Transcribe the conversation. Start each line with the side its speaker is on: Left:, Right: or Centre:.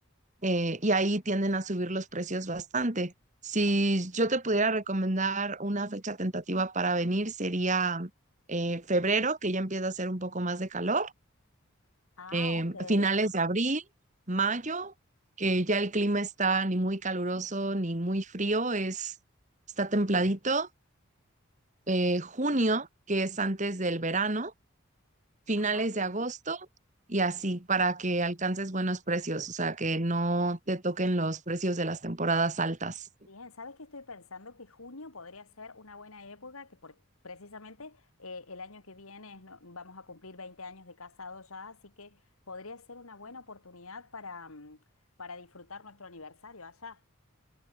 Right: eh, y ahí tienden a subir los precios bastante. Si
Left: Entiendo.
Right: yo te pudiera recomendar una fecha tentativa para venir, sería eh, febrero, que ya empieza a hacer un poco más de calor
Left: Ah,
Right: eh,
Left: ok.
Right: finales de abril, mayo, que ya el clima está ni muy caluroso ni muy frío, es, está templadito. Eh, junio, que es antes del verano, finales
Left: Ah, ajá.
Right: de agosto y así para que alcances buenos precios, o sea, que no te toquen los precios de las temporadas altas.
Left: Bien, ¿sabes qué estoy pensando? Que junio podría ser una buena época, que por- precisamente eh, el año que viene es no- vamos a cumplir 20 años de casados ya, así que podría ser una buena oportunidad para, mm, para disfrutar nuestro aniversario allá,